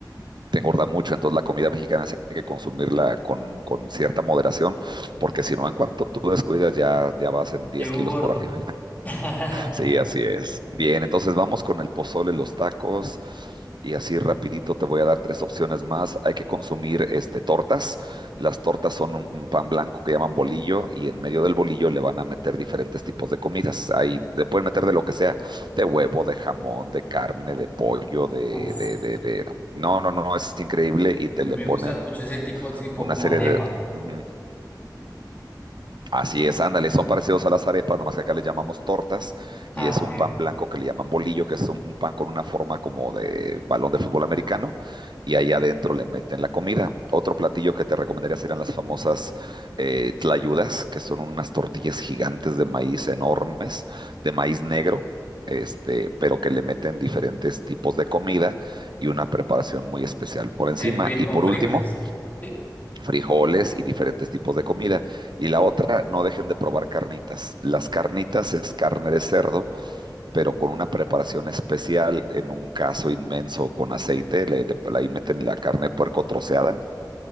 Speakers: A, on the right (about 75°); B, on the left (about 20°).
A: te engorda mucho. Entonces, la comida mexicana sí hay que consumirla con, con cierta moderación, porque si no, en cuanto tú descuidas, ya, ya vas en 10
B: Llego
A: kilos
B: gordo.
A: por arriba.
B: <laughs>
A: Sí, así es. Bien, entonces vamos con el pozole, los tacos y así rapidito te voy a dar tres opciones más. Hay que consumir este tortas. Las tortas son un, un pan blanco que llaman bolillo y en medio del bolillo le van a meter diferentes tipos de comidas. Ahí le pueden meter de lo que sea, de huevo, de jamón, de carne, de pollo, de,
B: Uf,
A: de, de, de- No, no, no, es increíble y te
B: a mí
A: le
B: me
A: ponen
B: gustan mucho ese tipo, tipo
A: una
B: como
A: serie
B: arepa.
A: de... Ujú. Así es, ándale, son parecidos a las arepas, nomás que acá les llamamos tortas y
B: Ah,
A: es
B: ok.
A: un pan blanco que le llaman bolillo, que es un, un pan con una forma como de balón de fútbol americano y ahí adentro le meten la comida. Otro platillo que te recomendaría serían las famosas eh, tlayudas, que son unas tortillas gigantes de maíz enormes, de maíz negro, este, pero que le meten diferentes tipos de comida y una preparación muy especial por
B: Y
A: encima.
B: ahí puede ir
A: Y
B: con
A: por
B: frijoles.
A: último,
B: Sí.
A: frijoles y diferentes tipos de comida. Y la otra, no dejen de probar carnitas. Las carnitas es carne de cerdo, pero con una preparación especial, en un caso inmenso con aceite, le, le- ahí meten la carne de puerco troceada,